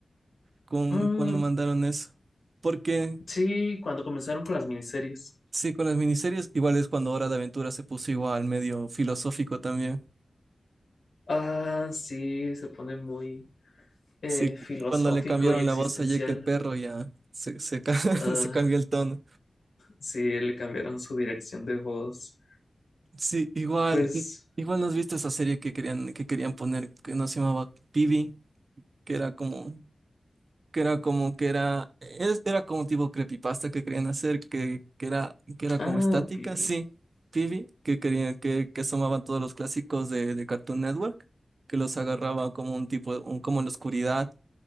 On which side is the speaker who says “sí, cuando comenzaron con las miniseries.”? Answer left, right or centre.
Left